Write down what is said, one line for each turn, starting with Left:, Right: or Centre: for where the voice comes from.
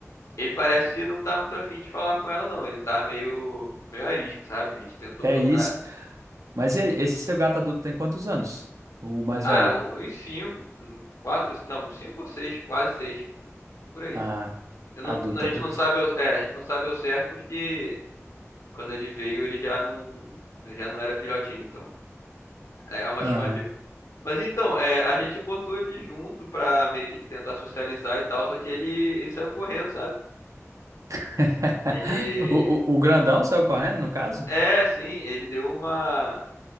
Left: ele parece que não tá muito afim de falar com ela não, ele tá meio, meio arisco, sabe? A gente tentou
Right: Que
Left: botar
Right: é isso. Mas e aí, esse seu gato adulto tem quantos anos? O mais
Left: Ah,
Right: velho?
Left: um- uns cinco, um, quatro, não, uns cinco ou seis, quase seis, por aí.
Right: Ah,
Left: Eu não,
Right: adulto,
Left: a gente
Right: adulto.
Left: não sabe, ao- é, a gente não sabe ao certo porque quando ele veio ele já não, ele já não era filhotinho, então é é uma
Right: Aham.
Left: estimativa. Mas então, é, a gente botou ele junto pra meio que tentar socializar e tal, só que ele, ele saiu correndo, sabe?
Right: <laughs>
Left: Ele,
Right: O, o, o grandão saiu correndo, no caso?
Left: é, sim, ele deu uma,